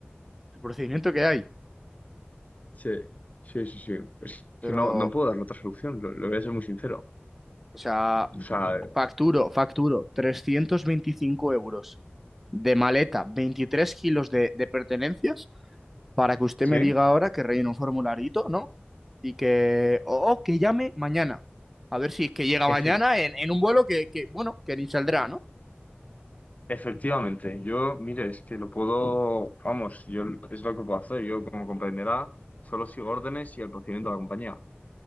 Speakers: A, in the centre; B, on the left (about 40°).
A: el procedimiento que hay.
B: Sí, sí, sí, sí. Es que
A: Pero,
B: no, no puedo dar otra solución, lo, lo voy a ser muy sincero.
A: o sea,
B: O sea,
A: facturo, facturo, 325 euros de maleta, 23 kilos de, de pertenencias. para que usted
B: Sí,
A: me diga ahora que rellene un formularito, ¿no? Y que, o, o que llame mañana. A ver si es que llega
B: efe-
A: mañana en, en un vuelo que, que, bueno, que ni saldrá, ¿no?
B: efectivamente. Yo, mire, es que lo puedo, vamos, yo es lo que puedo hacer. Yo, como comprenderá, solo sigo órdenes y el procedimiento de la compañía.